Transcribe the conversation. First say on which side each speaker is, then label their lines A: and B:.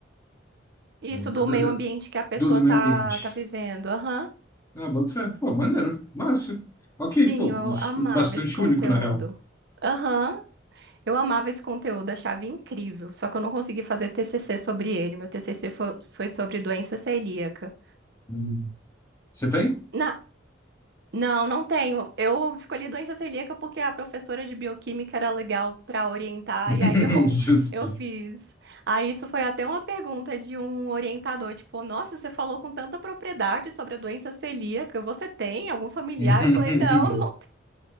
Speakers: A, on the right; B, on the left.
A: Isso
B: da,
A: do
B: da-
A: meio
B: da-
A: ambiente que a pessoa
B: do do meio
A: tá,
B: ambiente.
A: tá vivendo. Aham.
B: Ah, boto fé. Pô, maneiro. Massa. Ok,
A: Sim,
B: pô,
A: eu
B: mas
A: amava
B: bastante
A: esse conteúdo.
B: único, na real.
A: Aham. Eu amava esse conteúdo, achava incrível, só que eu não consegui fazer TCC sobre ele. Meu TCC foi, foi sobre doença celíaca.
B: Hum. Você tem?
A: Na- não, não tenho. Eu escolhi doença celíaca porque a professora de bioquímica era legal para orientar,
B: <laughs>
A: e aí <laughs> eu,
B: Justo.
A: eu fiz. Aí isso foi até uma pergunta de um orientador, tipo, nossa, você falou com tanta propriedade sobre a doença celíaca, você tem algum familiar?
B: <laughs>
A: Eu falei, não, não